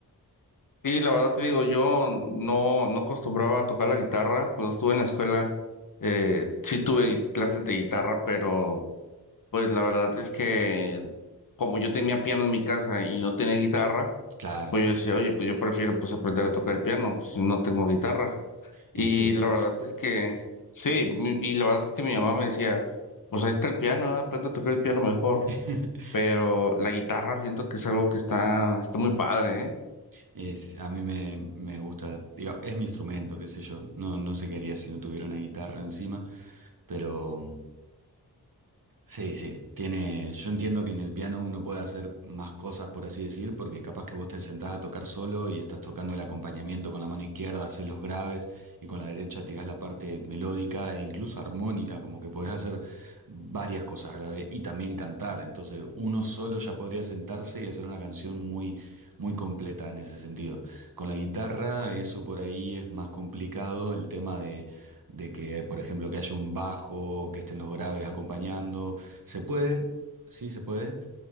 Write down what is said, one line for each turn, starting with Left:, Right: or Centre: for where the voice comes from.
Left: Y la verdad te digo, yo no, no acostumbraba a tocar la guitarra cuando estuve en la escuela. Eh, sí tuve clases de guitarra, pero Pues la verdad es que como yo tenía piano en mi casa y no tenía guitarra,
Right: Claro.
Left: pues yo decía, oye, pues yo prefiero pues aprender a tocar el piano, pues si no tengo guitarra. Y
Right: Y sí.
Left: la verdad es que, sí, mi- y la verdad es que mi mamá me decía, pues ahí está el piano, ah, aprende a tocar el piano mejor.
Right: <laughs>
Left: Pero la guitarra siento que es algo que está, está muy padre, ¿eh?
Right: Es, a mí me, me gusta, diga, es mi instrumento, qué sé yo. No, no sé qué haría si no tuviera una guitarra encima, pero. Sí, sí, tiene, yo entiendo que en el piano uno puede hacer más cosas, por así decir, porque capaz que vos te sentás a tocar solo y estás tocando el acompañamiento con la mano izquierda, haces los graves y con la derecha tirás la parte melódica e incluso armónica, como que podés hacer varias cosas graves y también cantar. Entonces, uno solo ya podría sentarse y hacer una canción muy, muy completa en ese sentido. Con la guitarra, eso por ahí es más complicado, el tema de de que, por ejemplo, que haya un bajo, que estén los graves acompañando, se puede, sí se puede,